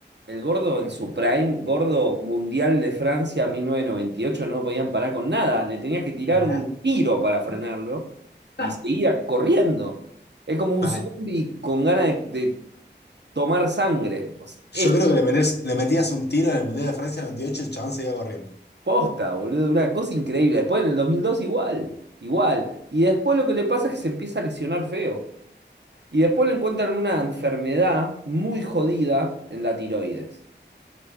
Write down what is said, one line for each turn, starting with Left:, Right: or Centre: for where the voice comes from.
Right: el gordo en su prime, gordo mundial de Francia 1998 no lo podían parar con nada, le tenías que tirar
Left: nada.
Right: un tiro para frenarlo y
Left: Ah,
Right: seguía corriendo. Es como un
Left: Vale.
Right: zombie con ganas de, de tomar sangre. O sea, es
Left: Yo creo que le, metés- le metías un tiro en el Mundial de Francia en el 98 y el chabón seguía corriendo.
Right: posta, boludo, una cosa increíble. Después en el 2002 igual, igual. Y después lo que le pasa es que se empieza a lesionar feo. Y después le encuentran una enfermedad muy jodida en la tiroides.